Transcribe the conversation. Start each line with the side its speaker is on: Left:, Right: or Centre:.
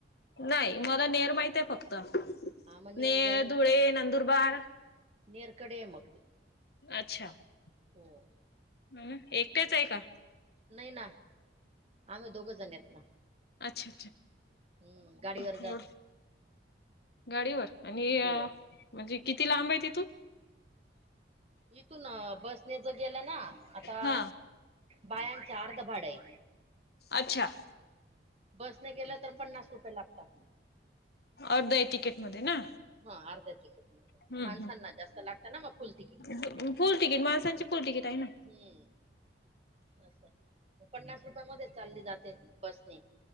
Left: नाही मला नेर माहित आहे फक्त
Right: हा मग
Left: नेर,
Right: जवळ
Left: धुळे, नंदुरबार.
Right: नेरकडे आहे मगते.
Left: अच्छा ह
Right: हम.
Left: ना एकटेच आहे का
Right: नाही ना आम्ही दोघ जण येत ना.
Left: अच्छा!
Right: हम्म गाडीवर
Left: अच्छा!
Right: जाते
Left: गाडीवर आणि
Right: हो
Left: म्हणजे किती? लांब आहे तिथून.
Right: इथून बसने ज गेलं ना, आता
Left: हा
Right: बायांच अर्ध भाडये.
Left: अच्छा.
Right: बसने गेलं तर पन्नास रुपये लागता.
Left: अर्धये तिकीटमध्ये ना?
Right: हा अर्ध्या तिकीट मध्ये..
Left: हम्म
Right: माणसांना जास्त लागताना म फुल तिकीट.
Left: हम्म फुल तिकीट. माणांची फुल तिकीट आहे ना.
Right: हम्म. अभय. मी पन्नास रुपया मध्ये चालली जाते बसने.